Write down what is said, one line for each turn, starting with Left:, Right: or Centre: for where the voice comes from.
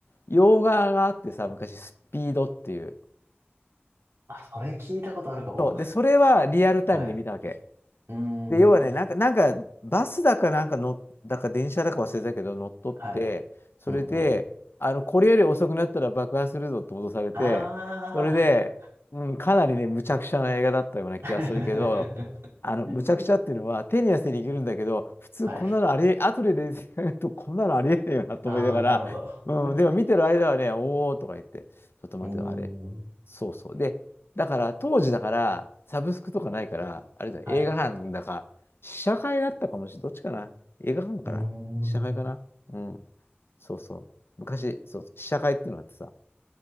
Left: 洋画があってさ、昔、スピードっていう。
Right: あ、それ聞いたことあるかも。
Left: そう。で、それはリアルタイムで見たわけ。
Right: はい。うーん。
Left: で、要はね、なんか、なんか、バスだかなんかの、だか電車だか忘れたけど、乗っ取って、
Right: はい。
Left: それで、
Right: うんうん。
Left: あの、これより遅くなったら爆破するぞって脅されて、
Right: あ
Left: それで、うん、かなりね、むちゃくちゃな映画だったような気がするけど、
Right: あ。<laughs>
Left: あの、
Right: うん
Left: むちゃくちゃっていうのは、手に汗握るんだけど、普通こんなのありえ、
Right: はい。
Left: 後で出てくると、こんなのありえないよなと思いながら、
Right: ああ、なるほど。
Left: うん、でも見てる間はね、おーとか言って、ちょっと待ってよ、
Right: うー
Left: あれ。
Right: ん。
Left: そうそう。で、だから、当時だから、サブスクとかないから、あれだよ、
Right: はい。
Left: 映画館だか、試写会だったかもしれない。どっちかな映画館かな試写会かなうん。
Right: うーん。
Left: そうそう。昔、そう、試写会っていうのがあってさ、